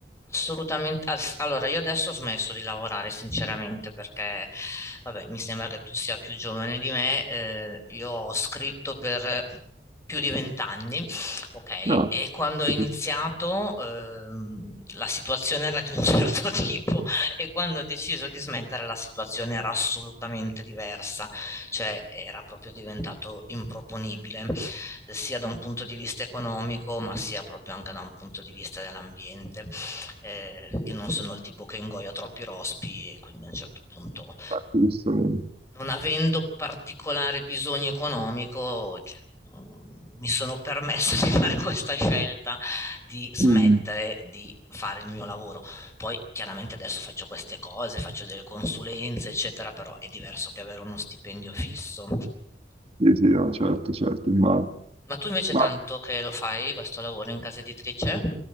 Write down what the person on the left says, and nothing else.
Assolutamente. as- Allora, io adesso ho smesso di lavorare, sinceramente, perché, vabbè, mi sembra che tu sia più giovane di me. eh, io ho scritto per più di vent'anni, ok?
E quando ho iniziato,
ehm, la situazione era di un <laughs> certo tipo e quando ho deciso di smettere, la situazione era assolutamente diversa, cioè era proprio diventato improponibile sia da un punto di vista economico, ma sia proprio anche da un punto di vista dell'ambiente. Eh, io non sono il tipo che ingoia troppi rospi e quindi a un certo punto,
non avendo particolare bisogno economico, cioè, mh, mi sono permessa di <laughs> fare questa scelta di smettere
di fare il mio lavoro. Poi chiaramente adesso faccio queste cose, faccio delle consulenze, eccetera, però è diverso che avere uno stipendio fisso.
Ma tu invece
tanto che lo fai questo lavoro in casa editrice?